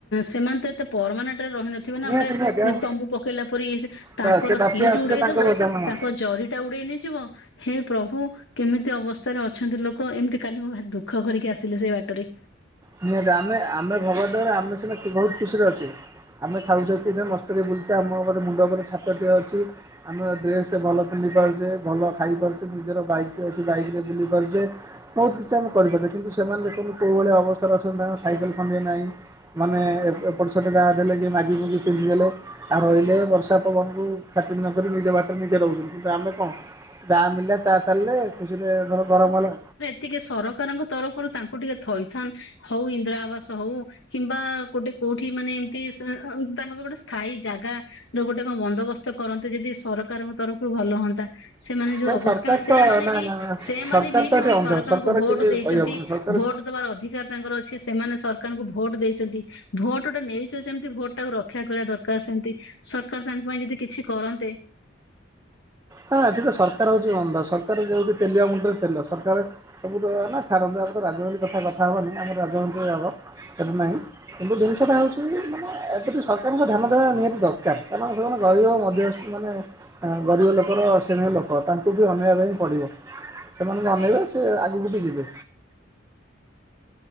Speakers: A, on the left (about 70°); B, on the right (about 15°).
A: ସେମାନେ ତ ଏତେ ପରମାନେଟ୍ ରେ ରହିନଥି ଥିବା ନା
B: ନିହାତି
A: ଗୋଟେ
B: ନିହାତି ଆଉ
A: ତମ୍ବୁ ପକେଇଲା ପରି, ତାଙ୍କର
B: ବା ସେ ବାତ୍ୟା
A: ସିଟ୍
B: ଆସିଲେ
A: ଉଡେଇଦବ,
B: ତାଙ୍କ ବୋଝ ମୁହଁ।
A: ତାଙ୍କ ଜରିଟା ଉଡେଇ ନେଇଯିବ, ହେ ପ୍ରଭୁ କେମିତି ଅବସ୍ଥାରେ ଅଛନ୍ତି ଲୋକ, ଏମିତି କାଲି ମୁଁ ଭାରି ଦୁଃଖ କରିକି ଆସିଲି ସେଇ ବାଟରେ
B: ନିହାତି ଆମେ, ଆମେ ଭଗବାନ ଦୟାରୁ, ଆମେ ସିନା ବହୁତ୍ ଖୁସିରେ ଅଛେ। ଆମେ ଖାଉଚେ, ପିଉଚେ, ମସ୍ତିରେ ବୁଲୁଚେ, ଆମ ଉପରେ ମୁଣ୍ଡ ଉପରେ ଛାତଟିଏ ଅଛି। ଆମେ ଡ୍ରେସ୍ ଟେ ଭଲ ପିନ୍ଧି ପାରୁଚେ, ଭଲ ଖାଇ ପାରୁଚେ, ନିଜର ବାଇକ୍ ଟେ ଅଛି, ବାଇକ୍ ରେ ବୁଲି ପାରୁଚେ। ବହୁତ କିଛି ଆମେ କରିପାରୁଚେ କିନ୍ତୁ ସେମାନେ ଦେଖନ୍ତୁ କୋଉ ଭଳି ଅବସ୍ଥାରେ ଅଛନ୍ତି, ତାଙ୍କର ସାଇକେଲ୍ ଖଣ୍ଡିଏ ନାହିଁ। ମାନେ ଏପଟ ସେପଟ ଯାହା ଦେଲେ, ଯେ ମାଗି ମୁଗି ପିନ୍ଧିଦେଲେ ଆଉ ରହିଲେ, ବର୍ଷା ପବନ କୁ ଖାତିର ନକରି ନିଜ ବାଟରେ ନିଜେ ରହୁଚନ୍ତି କିନ୍ତୁ ଆମେ କଣ ଯା ମିଳିଲା ତା ଚାଲିଲେ, ଖୁସିରେ ଧର ଗରମ ହେଲା
A: ଟିକେ ସରକାରଙ୍କ ତରଫରୁ ତାଙ୍କୁ ଟିକେ ଥଇଥାନ ହଉ, ଇନ୍ଦିରା ଆବାସ ହଉ। କିମ୍ବା ଗୋଟେ କୋଉଠି ମାନେ ଏମତି, ତାଙ୍କ ପାଇଁ ଗୋଟେ ସ୍ଥାୟୀ ଜାଗା ଗୋଟେ କଣ ବନ୍ଦୋବସ୍ତ କରନ୍ତି ଯଦି ସରକାରଙ୍କ ତରଫରୁ, ଭଲ ହୁଅନ୍ତା। ସେମାନେ ଯୋଉ
B: ନାଇଁ
A: ଅବସ୍କାନ,
B: ସରକାର
A: ସେମାନେ
B: ତ ନା
A: ବି
B: ନା
A: ଏମାନେ
B: ସରକାର
A: ବି
B: ତ
A: ଗ
B: ଏଠି ଅନ୍ଧ
A: ସରକାରଙ୍କୁ
B: ସରକାର
A: ଭୋଟ
B: କିଛି
A: ଦେଇଚନ୍ତି,
B: କହିହବନି ସରକାର
A: ଭୋଟ୍ ଦେବାର ଅଧିକାର ତାଙ୍କର ଅଛି, ସେମାନେ ସରକାରଙ୍କୁ ଭୋଟ ଦେଇଚନ୍ତି, ଭୋଟ୍ ଗୋଟେ ନେଇଚ ଯେମିତି ଭୋଟ ଟାକୁ ରକ୍ଷା କରିବା ଦରକାର। ସରକାର ସେମିତି, ସରକାର ତାଙ୍କ ପାଇଁ ଯଦି କିଛି କରନ୍ତେ
B: ହଁ ଏଠିତ ସରକାର ହଉଚି ଅନ୍ଧ, ସରକାର ଯୋଉଠି ତେଲଆ ମୁଣ୍ଡରେ ତେଲ, ସରକାର ସବୁ ତ ନା ଛାଡ଼ନ୍ତୁ ଆମର ତ ରାଜନୀତି କଥା କଥା ହବାନି, ଆମର ରାଜମନ୍ତ୍ରୀ ହବ, ସେଠା ନାହିଁ କିନ୍ତୁ ଜିନିଷଟା ହଉଚି, ମାନେ ଏମତି ସରକାରଙ୍କୁ ଧ୍ୟାନ ଦେବା ନିହାତି ଦରକାର, କାରଣ ସେମାନେ ଗରିବ ଆଦି ମାନେ ଗରିବ ଲୋ ତାଙ୍କର ଶ୍ରେଣୀ ଲୋକ, ତାଙ୍କୁ ବି ଅନେଇବା ପାଇଁ ପଡ଼ିବ, ସେମାନଙ୍କୁ ଅନେଇଲେ ସେ ଆଗକୁ ବି ଯିବେ।